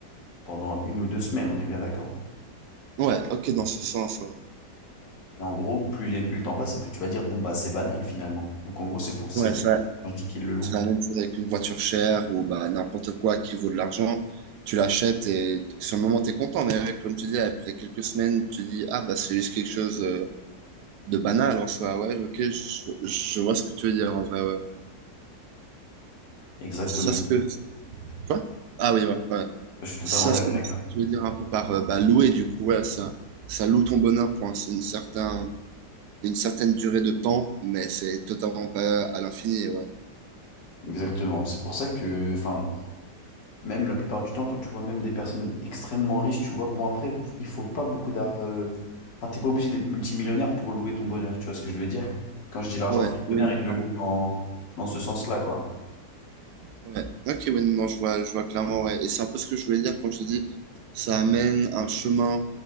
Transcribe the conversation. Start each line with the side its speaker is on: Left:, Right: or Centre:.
Left: pendant une ou deux semaines, on est bien d'accord.
Right: Ouais, ok, dans ce sens, ouais.
Left: Et en gros, plus, les, plus le temps passe et plus tu vas dire, bon, bah, c'est banal finalement. Donc, en gros, c'est pour, c'est
Right: Ouais,
Left: dans-
Right: c'est la
Left: quand je dis qu'il le loue.
Right: c'est la même chose avec une voiture chère ou bah, n'importe quoi qui vaut de l'argent. Tu l'achètes et sur le moment, tu es content. Mais ouais, comme tu dis, après quelques semaines, tu dis, ah, bah, c'est juste quelque chose euh, de banal en soi. Ouais, ok, je, je vois ce que tu veux dire en vrai, ouais.
Left: Exactement.
Right: C'est ça ce que. Quoi? Ah oui, ouais, ouais.
Left: Je suis totalement
Right: C'est ça
Left: d'accord
Right: ce que
Left: avec toi.
Right: tu veux dire un peu par euh, bah, louer, du coup, ouais, ça, ça loue ton bonheur pour un, c'est une certain une certaine durée de temps, mais c'est totalement pas à l'infini, ouais.
Left: Exactement. C'est pour ça que, enfin, Même la plupart du temps, quand tu vois même des personnes extrêmement riches, tu vois, bon après, f- il faut pas beaucoup d'art. euh, Enfin, t'es pas obligé d'être multimillionnaire pour louer ton bonheur, tu vois ce que je veux dire? Quand je dis l'argent
Right: Ouais,
Left: fait le
Right: oui,
Left: bonheur,
Right: oui,
Left: il
Right: clairement.
Left: le loue dans, dans ce sens-là, quoi.
Right: Ouais. Ok, oui, non, je vois, je vois clairement, ouais. Et c'est un peu ce que je voulais dire quand j'ai dit, ça amène un chemin